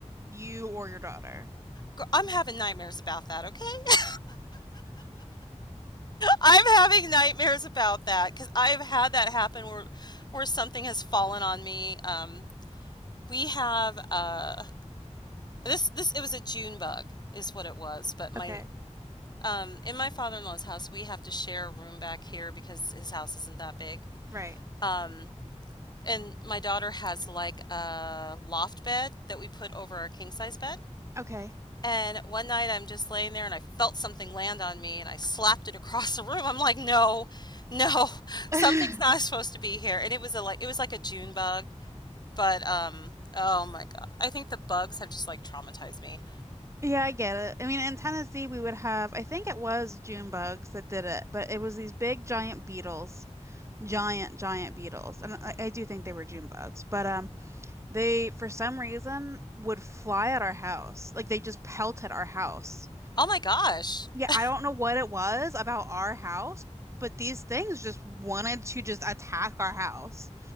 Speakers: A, on the right (about 25°); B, on the left (about 35°).
A: you or your daughter. <laughs>
B: Gr- I'm having nightmares about that, okay? I'm having nightmares about that because I've had that happen where where something has fallen on me. Um, we have uh this this it was a June bug is what it was, but my
A: Okay.
B: um in my father-in-law's house we have to share a room back here because his house isn't that big.
A: Right.
B: Um, and my daughter has like a loft bed that we put over our king size bed.
A: Okay.
B: And one night I'm just laying there and I felt something land on me and I slapped it across the room. I'm like, no, no, <laughs>
A: <laughs>
B: something's not supposed to be here. And it was a like it was like a June bug, but um, oh my God. I think the bugs have just like traumatized me.
A: Yeah, I get it. I mean, in Tennessee, we would have, I think it was June bugs that did it, but it was these big giant beetles, giant, giant beetles. And I, I do think they were June bugs, but um, They, for some reason, would fly at our house. Like they just pelted our house.
B: Oh my gosh.
A: Yeah,
B: <laughs>
A: I don't know what it was about our house, but these things just wanted to just attack our house.